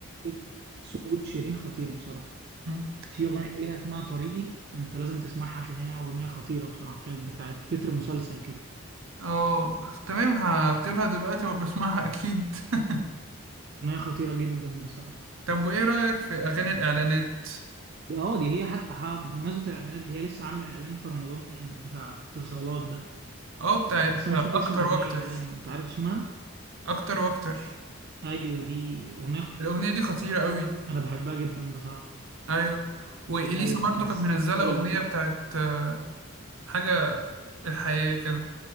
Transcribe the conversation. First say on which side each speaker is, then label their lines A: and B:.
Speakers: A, on the right; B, on the right.
A: صوت صوت شيرين خطير بصراحة
B: مم.
A: في أغنية ليها اسمها طريقي أنت لازم تسمعها عشان هي أغنية خطيرة بصراحة كانت بتاعت تتر مسلسل كده
B: اه تمام هكتبها دلوقتي وبسمعها اكيد <laughs>
A: أغنية خطيرة جدا بصراحة
B: طب وايه رأيك في اغاني الاعلانات
A: دي اه دي هي حتى ها- بمناسبة الإعلانات دي هي لسه عاملة إعلان في رمضان بتاع اتصالات ده
B: اه بتاعت
A: بس أنا مش فاكر
B: اكتر
A: اسم الأغنية
B: واكتر
A: باين أنت عارف اسمها؟
B: اكتر واكتر
A: أيوه دي أغنية خ-
B: الاغنية دي خطيرة قوي
A: أنا بحبها جدا بصراحة
B: ايوه واليسا
A: أيوه
B: برضو
A: بتحسسك
B: كانت منزلة
A: بعيلة
B: اغنية
A: كده
B: بتاعت آه، حاجة الحياة كده